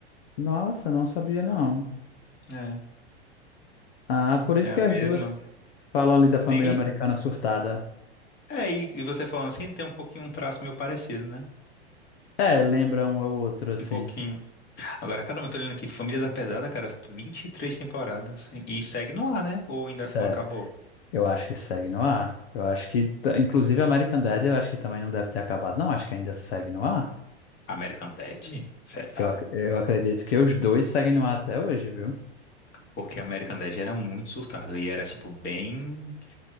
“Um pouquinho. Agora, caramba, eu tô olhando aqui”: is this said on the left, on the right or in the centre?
Left